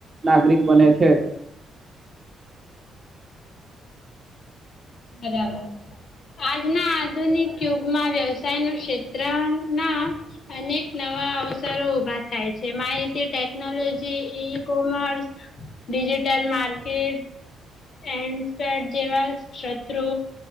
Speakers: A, on the right (about 35°); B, on the left (about 55°).
A: નાગરિક બને છે.
B: બરાબર, આજના આધુનિક યુગમાં વ્યવસાયનું ક્ષેત્ર ના અનેક નવા અવસરો ઉભા થાય છે. જે માહિતી technology, e commerce, digital market એન સેટ જેવા છત્રો